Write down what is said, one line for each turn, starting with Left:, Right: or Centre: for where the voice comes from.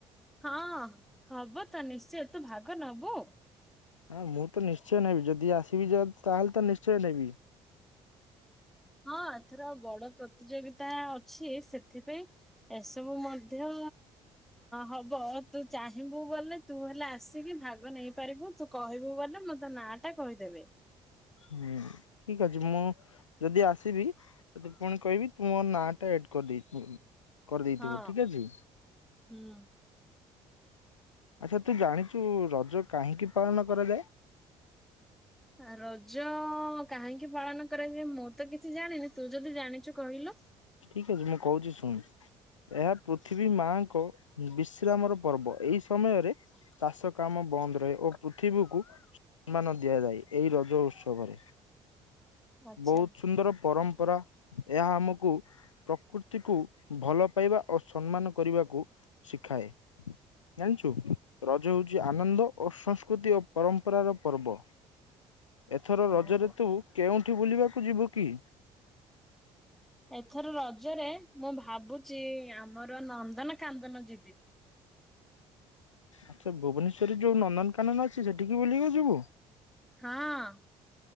Centre: ହଁ ହବ ତ ନିଶ୍ଚୟ ତୁ ଭାଗ ନବୁ?
Left: ହଁ ମୁଁ ତ ନିଶ୍ଚୟ ନେବି ଯଦି ଆସିବି ଯ ତାହେଲେ ତ ନିଶ୍ଚୟ ନେବି।
Centre: ହଁ ଏଥର ବଡ ପ୍ରତିଯୋଗିତା ଅଛି ସେଥିପାଇଁ ଏସବୁ ମଧ୍ୟ ହବ। ତୁ ଚାହିଁବୁ ବଲେ ତୁ ହେଲେ ଆସିକି ଭାଗ ନେଇ ପାରିବୁ ତୁ କହିବୁ ବଲେ ମଁ ତୋ ନାଁ ଟା କହିଦେବି।
Left: ହୁଁ ଠିକ ଅଛି ମୁଁ ଯଦି ଆସିବି ତତେ ପୁଣି କହିବି ତୁ ମୋ ନା ଟା ଏଡ କରିଦେଇ କରିଦେଇଥିବୁ
Centre: ହଁ
Left: ଠିକ ଅଛି।
Centre: ହୁଁ।
Left: ଆଚ୍ଛା ତୁ ଜାଣିଛୁ ରଜ କାହିଁକି ପାଳନ କରାଯାଏ?
Centre: ରଜ ଅ କାହିଁକି ପାଳନ କରାଯାଏ ମୁଁ ତ କିଛି ଜାଣିନି ତୁ ଯଦି ଜାଣିଛୁ କହିଲୁ।
Left: ଠିକ ଅଛି ମୁଁ କହୁଛି ଶୁଣ। ଏହା ପୃଥିବୀ ମାଙ୍କ ବିଶ୍ରାମର ପର୍ବ ଏଇ ସମୟରେ ଚାଷ କାମ ବନ୍ଦ ରହେ ଓ ପୃଥିବୀକୁ ସମ୍ମାନ ଦିଆଯାଏ ଏଇ ରଜ ଉତ୍ସବରେ
Centre: ଆଚ୍ଛା।
Left: ବହୁତ ସୁନ୍ଦର ପରମ୍ପ ପରା ଏହା ଆମକୁ ପ୍ରକୃତିକୁ ଭଲ ପାଇବା ଓ ସମ୍ମାନ କରିବାକୁ ଶିଖାଏ। ଜାଣିଛୁ ରଜ ହଉଛି ଆନନ୍ଦ ଓ ସଂସ୍କୃତି ଓ ପରମ୍ପରାର ପର୍ବ। ଏଥର
Centre: ହଁ।
Left: ରଜରେ ତୁ କେଉଁଠି ବୁଲିବାକୁ ଯିବୁ କି?
Centre: ଏଥର ରଜରେ ମୁଁ ଭାବୁଛି ଆମର ନନ୍ଦନ କାନ୍ଦନ ଯିବି।
Left: ଆଛା ଭୁବନେଶ୍ଵରରେ ଯୋଉ ନନ୍ଦନକାନନ ଅଛି ସେଠିକି ବୁଲିକି ଆସିବୁ?
Centre: ହଁ।